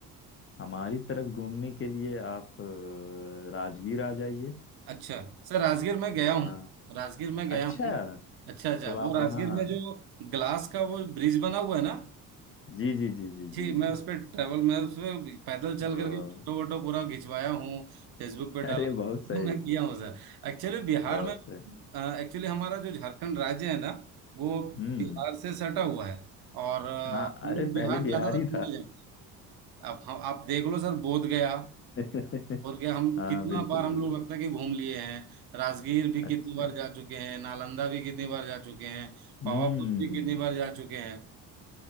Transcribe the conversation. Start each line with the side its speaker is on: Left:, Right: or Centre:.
Left: हमारी तरफ घूमने के लिए आप अ, राजगीर आ जाइए
Right: अच्छा सर राजगीर में गया
Left: वहाँ
Right: हूँ राजगीर में गया
Left: अच्छा
Right: हूँ अच्छा अच्छा
Left: तो आप
Right: वो राजगीर
Left: वहाँ
Right: में जो ग्लास का वो ब्रिज बना हुआ है ना
Left: जी जी जी जी
Right: जी
Left: जी
Right: मैं
Left: जी
Right: उस पर ट्रैवल मैं उस पे पैदल चल
Left: अ,
Right: करके फोटो वोटो पूरा खिंचवाया हूँ फेसबुक पे डाला
Left: <laughs> अरे बहुत सही
Right: हूँ, मैं किया हूँ सर एक्चुअली बिहार
Left: बहुत
Right: में
Left: सही
Right: एक्चुअली हमारा जो झारखंड राज्य है ना वो
Left: हम्म
Right: बिहार से सटा हुआ है और अ,
Left: हाँ अरे
Right: हम लोग बिहार
Left: पहले बिहारी
Right: ज्यादातर घूमने जाते हैं अब हम आप देख लो सर बोध गया
Left: था <laughs>
Right: बोध गया हम
Left: हाँ
Right: कितना
Left: बिल्कुल
Right: बार हम
Left: बिल्कुल
Right: लोग लगता है कि घूम लिए हैं राजगीर भी
Left: अच्छा
Right: कितनी बार जा चुके हैं नालंदा भी कितनी बार जा चुके हैं
Left: हम्म
Right: पावापुरी भी कितनी बार जा चुके हैं